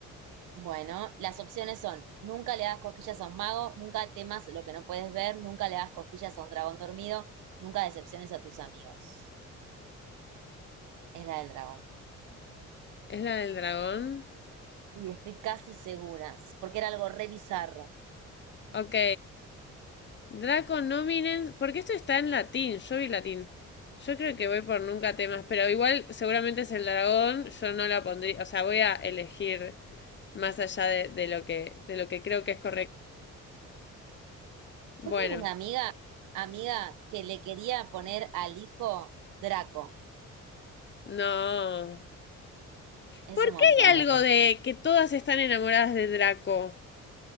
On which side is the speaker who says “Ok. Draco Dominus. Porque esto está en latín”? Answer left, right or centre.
Left